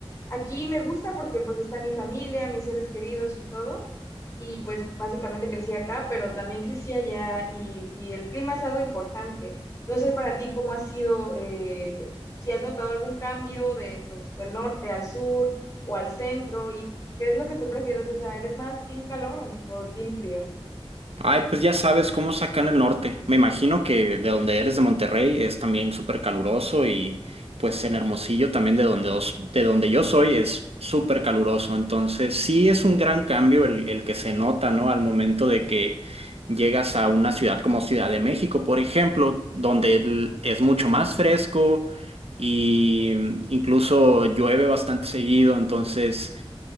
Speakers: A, on the left (about 30°); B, on the right (about 75°).
A: aquí me gusta porque pues está mi familia, mis seres queridos y todo. Y pues básicamente crecí acá, pero también crecí allá y, y el clima es algo importante. No sé para ti cómo ha sido, eh, si has notado algún cambio de, pues, del norte al sur o al centro y qué es lo que tú prefieres. O sea, ¿eres más team calor o, o team frío?
B: Ay, pues ya sabes cómo es acá en el norte. Me imagino que de donde eres de Monterrey es también súper caluroso y pues en Hermosillo también de donde, os- de donde yo soy es súper caluroso. Entonces sí es un gran cambio el, el que se nota, ¿no? Al momento de que llegas a una ciudad como Ciudad de México, por ejemplo, donde el- es mucho más fresco y mm, incluso llueve bastante seguido. Entonces...